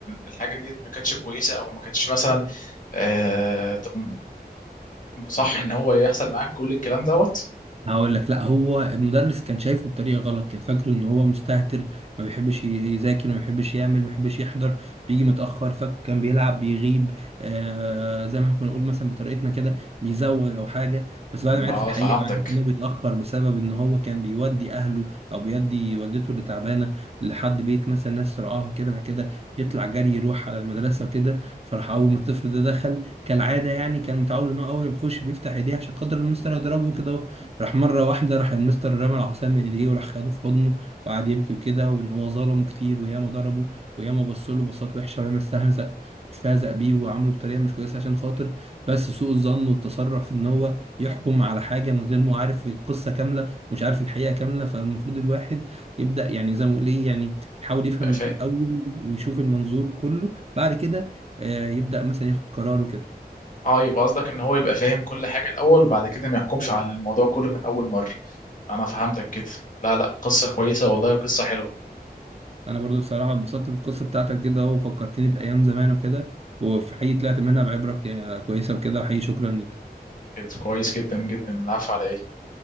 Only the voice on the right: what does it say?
هقول لك لا هو المدرس كان شايفه بطريقه غلط كان فاكره ان هو مستهتر ما بيحبش يذاكر ما بيحبش يعمل ما بيحبش يحضر بيجي متاخر فاكر كان بيلعب بيغيب آه زي ما احنا كنا نقول مثلا بطريقتنا كده بيزوغ او حاجه بس بعد ما عرف
الحقيقه
وعرف ان هو بيتاخر بسبب ان هو كان بيودي اهله او بيودي والدته اللي تعبانه لحد بيت مثلا ناس ترعاه وكده بعد كده يطلع جري يروح على المدرسه وكده فراح اول ما الطفل ده دخل كالعاده يعني كان متعود ان هو اول ما يخش بيفتح ايديه عشان خاطر المستر يضربه كده راح مرة واحدة راح المستر رمى العصاية من ايديه وراح خده في حضنه وقعد يبكي وكده وان هو ظلمه كتير وياما ضربه وياما بصله بصات وحشة وياما استهزأ استهزأ بيه وعامله بطريقة مش كويسة عشان خاطر بس سوء الظن والتسرع في ان هو يحكم على حاجة من غير ما عارف القصة كاملة ومش عارف الحقيقة كاملة فالمفروض الواحد يبدأ يعني زي ما بقول ايه يعني يحاول يفهم
الأول ويشوف المنظور كله بعد كده آه، يبدأ مثلا ياخد قرار وكده
انا برضو بصراحه انبسطت بالقصه بتاعتك كده وفكرتني بايام زمان وكده وفي حقيقي طلعت منها بعبره ك- كويسه وكده وحقيقي شكرا ليك